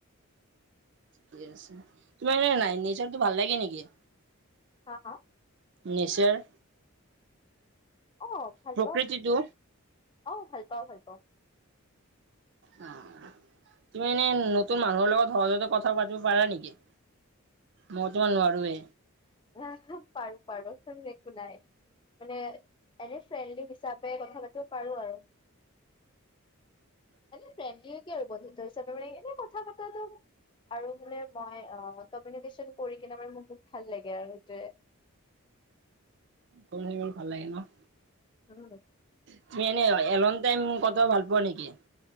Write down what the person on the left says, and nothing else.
হা, হা?
অ', ভাল
পাওঁ, অ', ভাল পাও ভাল পাওঁ।
হ পাৰো পাৰো <unintelligible> একো নাই। মানে, এনেই ফ্ৰেণ্ডলি হিচাপে কথা পাতিব পাৰো আৰু। এনেই ফ্ৰেনলী কি আৰু বন্ধুত্ব হিচাপে মানে এনে কথা পতাটো, আৰু মানে মই অ', কমউনিকেচন কৰি কেনে মানে মোৰ বহুত ভাল লাগে আৰু সেইটোৱে।
উম।